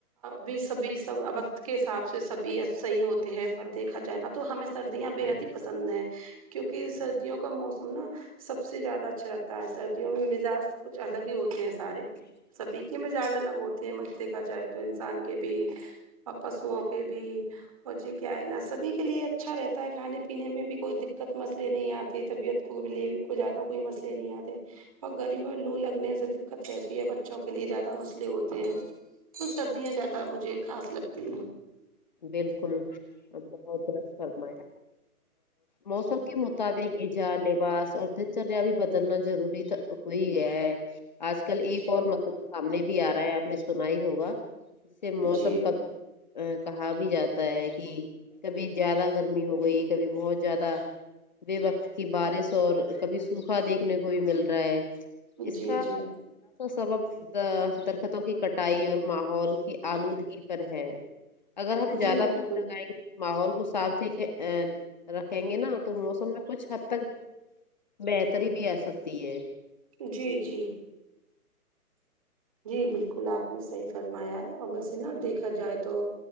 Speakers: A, on the right (about 25°); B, on the left (about 30°).
A: بھی سبھی سب اب کے حساب سے سبھی صحیح ہوتے ہیں پر دیکھا جائے نا تو ہمیں سردیاں بے حد ہی پسند ہیں کیونکی سردیوں کا موسم نا سب سے زیادہ اچھا رہتا ہے سردیوں میں مزاج کچھ الگ ہی ہوتے ہیں سارے سبھی کے ہی مزاج الگ ہوتے کے مت دیکھا جائے تو انسان کے بھی اور پشووں کے بھی اور جی کیا ہے نا سبھی کے لیے اچھا رہتا ہے کھانے پینے میں بھی کوئی دقت مسئلے نہیں آتی طبیعت کو بیلے بھی کو زیادہ کوئی مسلئے نہیں آتے اور گرمیو میں اور لو لگنے سے دقت رہتی ہے بچوں کے لیے زیادہ مسلئے ہوتے ہیں تو سردیاں زیادہ مجھے خاص لگتی ہیں
B: بالکل بہت درست فرمایا موسم کے مطابق گیزا لیوا اور دن چریا بھی بدلنا ضروری تھا وہی ہے آج کل ایک
A: جی
B: اور مسئلہ سامنے بھی آ رہا ہے آپ نے سنا ہی ہوگا جیسے موسم
A: جی
B: تب کہا بھی جاتا ہے کی کبھی زیادہ گرمی ہو گئی کبھی بہت زیادہ بے وقت کی بارش اور کبھی سوکھا دیکھنے کو بھی مل رہا ہے اس
A: جی
B: کا
A: جی
B: کا سبب درختوں کی کٹائی اور ماحول کی آلودگی پر ہے اگر ہم زیادہ
A: جی بالکل
B: پیڑ لگائیں گے ماحول کو صاف سادھود رکھیں گے نا تو موسم میں کچھ حد تک بہتری بھی آ سکتی ہے
A: جی جی جی بالکل آپ نے صحیح فرمایا ہے اور ویسے نا دیکھا جائے تو